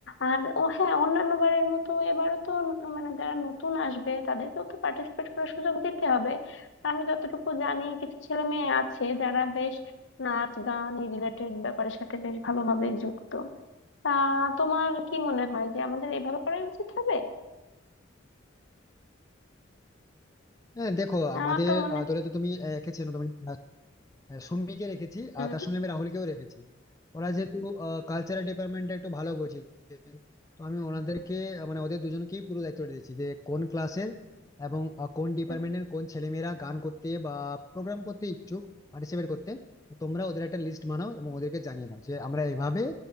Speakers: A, on the left (about 70°); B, on the left (about 15°).
A: আর ও হ্যাঁ অন্যান্য বারের মতো এবারও তো ন- মানে যারা নতুন আসবে তাদেরকেও তো পার্টিসিপেট করার সুযোগ দিতে হবে আমি যতটুকু জানি কিছু ছেলে মেয়ে আছে যারা বেশ নাচ গান এই রিলেটেড ব্যাপারের সাথে বেশ ভালোভাবে যুক্ত তা তোমার কি মনে হয় যে আমাদের এভাবে করাই উচিত হবে
B: হ্যাঁ দেখো আমাদের
A: আমার তো মনে
B: আহ, দলে তো তুমি আহ, একে চেনো তুমি আহ, সৌমিককে রেখেছি
A: হুম
B: আর তার সঙ্গে আমি রাহুলকেও রেখেছি ওরা যেহেতু কালচারাল ডিপার্টমেন্টটা একটু ভালো বোঝে তো আমি ওনাদেরকে আহ, মানে ওদের দুজনকেই পুরো দায়িত্ব দিয়েছি যে কোন ক্লাসের এবং আহ, কোন ডিপার্টমেন্টের
A: হুম,
B: কোন ছেলেমেয়েরা গান করতে বা প্রোগ্রাম করতে ইচ্ছুক পার্টিসিপেট করতে তো তোমরা ওদের একটা লিস্ট বানাও এবং ওদেরকে জানিয়ে দাও যে আমরা এইভাবে